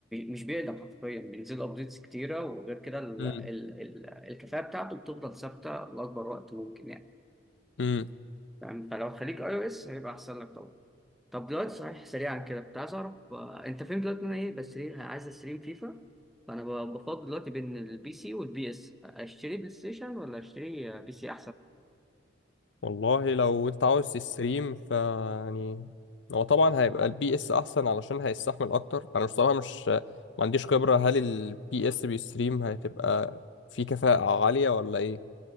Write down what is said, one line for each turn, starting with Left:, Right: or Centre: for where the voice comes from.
Centre: مش بيقدم حرفيا بينزل له ابديتس كتيره وغير كده ال...
Left: امم
Centre: ال... ال... الكفاءه بتاعته بتفضل ثابته لاكبر وقت ممكن يعني
Left: امم
Centre: فاهم فلو خليك اي او اس هيبقى احسن لك طبعا طب دلوقتي صحيح سريعا كده كنت عايز اعرف آه، انت فين دلوقتي إن انا ايه بستريم عايز استريم فيفا فانا ب- بفضل دلوقتي بين البي سي والبي اس اشتري بلاي ستيشن ولا اشتري آه، بي سي
Left: والله لو انت عاوز تستريم ف يعني هو طبعا هيبقى البي اس احسن علشان هيستحمل اكتر انا بصراحه مش ما عنديش خبره هل البي اس بيستريم هتبقى في كفاءه عاليه ولا ايه